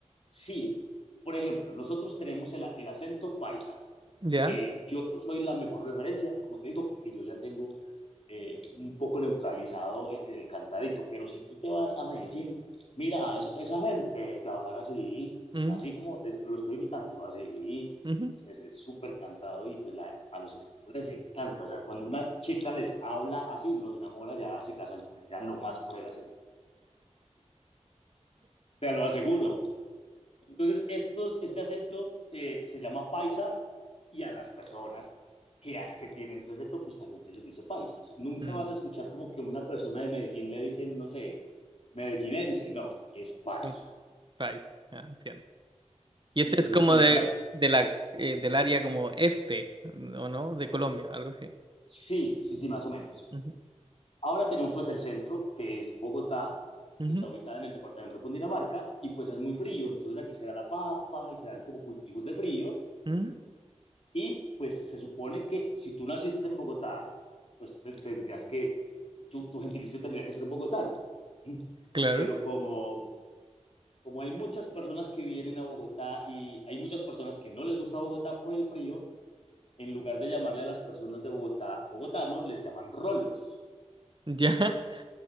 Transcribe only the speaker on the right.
Ya.
Mm,
ujú.
Mm,
ya, país, ya, entiendo. Y ese
es como
de,
de la, eh, del área como este, ¿o no? De Colombia, algo así.
Ujú,
ujú.
Mm,
Claro,
ya. <laughs>